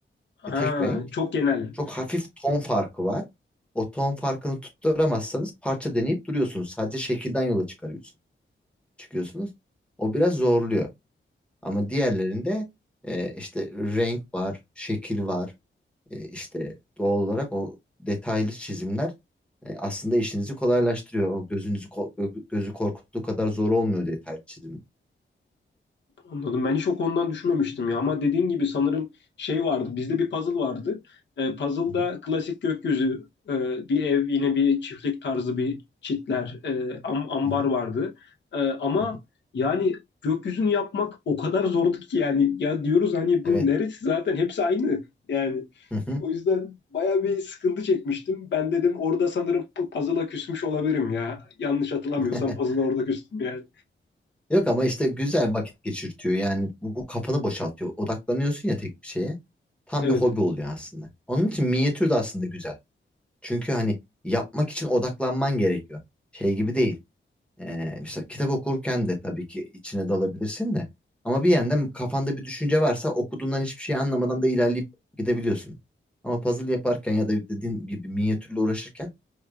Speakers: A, on the left; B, in the centre.
A: Ha,
B: e, tek renk.
A: çok genel.
B: Çok hafif ton farkı var. O ton farkını tutturamazsanız parça deneyip duruyorsunuz. Sadece şekilden yola çıkarıyorsunuz. Çıkıyorsunuz. O biraz zorluyor. Ama diğerlerinde e, işte renk var, şekil var. E, işte doğal olarak o detaylı çizimler e, aslında işinizi kolaylaştırıyor. O gözünüzü ko- gö- gözü korkuttuğu kadar zor olmuyor detaylı çizim.
A: Anladım. Ben hiç o konudan düşünmemiştim ya. Ama dediğin gibi sanırım şey vardı. Bizde bir puzzle vardı. Ee, puzzle'da
B: Hı hı,
A: klasik gökyüzü, e, bir ev, yine bir çiftlik tarzı bir çitler, e, am- ambar
B: hı hı,
A: vardı. E, ama
B: hı hı.
A: yani gökyüzünü yapmak o kadar zordu ki yani. Ya diyoruz hani bunun
B: Evet.
A: neresi zaten hepsi aynı. Yani
B: Hı hı.
A: o yüzden baya bir sıkıntı çekmiştim. Ben dedim orada sanırım pu- puzzle'a küsmüş olabilirim ya. Yanlış hatırlamıyorsam
B: <laughs>
A: puzzle'a orada küstüm yani.
B: Yok ama işte güzel vakit geçirtiyor. Yani bu, bu kafanı boşaltıyor. Odaklanıyorsun ya tek bir şeye. Tam
A: Evet.
B: bir hobi oluyor aslında. Onun için minyatür de aslında güzel. Çünkü hani yapmak için odaklanman gerekiyor. Şey gibi değil. Ee, işte kitap okurken de tabii ki içine dalabilirsin de. Ama bir yandan kafanda bir düşünce varsa okuduğundan hiçbir şey anlamadan da ilerleyip gidebiliyorsun. Ama puzzle yaparken ya da dediğin gibi minyatürle uğraşırken